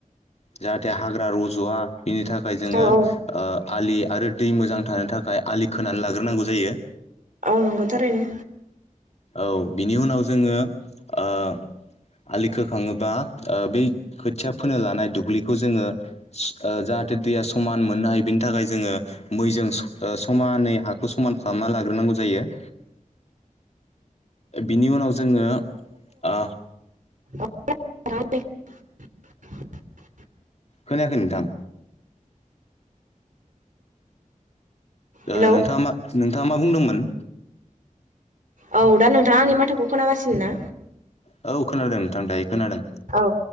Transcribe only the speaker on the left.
जाहाथे हाग्रा रज'वा बिनि थाखाय जोङो
ओ आलि आरो दै मोजां थानो थाखाय आलि खोनानै लाग्रोनांगौ जायो
औ बिनि उनाव जोङो ओ आलि खोखाङोबा ओ बै खोथिया फोनो लानाय दुब्लिखौ जोङो ओ जाहाथे दैया समान मोननो हायो बेनि थाखाय जोङो मैजों स' ओ समानै हाखौ समान खालामना लाग्रोनांगौ जायो बिनि उनाव जोङो ओ
खोनायाखै नोंथां
ओ नोंथाङा मा नोंथाङा मा बुंदोंमोन
औ खोनादों नोंथां दायो खोनादों